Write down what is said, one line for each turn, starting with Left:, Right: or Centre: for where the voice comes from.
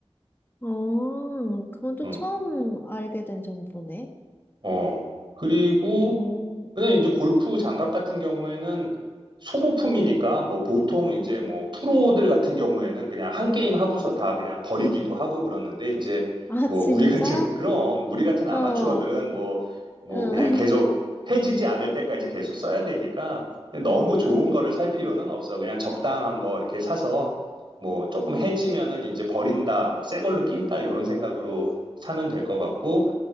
Left: 어, 그건 또
Right: 응.
Left: 처음 알게 된 정보네.
Right: 어 그리고
Left: 오.
Right: 근데 이제 골프 장갑 같은 경우에는 소모품이니까 뭐 보통 이제 뭐 프로들 같은 경우에는 그냥 한 게임 하고서 다 그냥 버리기도 하고 그러는데 이제
Left: 아,
Right: 뭐
Left: 진짜?
Right: 우리 같은 <laughs> 그럼 우리 같은 아마추어들은
Left: 어, 어.
Right: 뭐 뭐
Left: <laughs>
Right: 그냥 계속 해지지 않을 때까지 계속 써야 되니까 너무 좋은
Left: 응, 응,
Right: 거를 살 필요는 없어. 그냥 적당한 거 이렇게 사서 뭐 조금
Left: 응,
Right: 해지면은 이제 버린다, 뭐 새 걸로 낀다 이런 생각으로 사면 될 것 같고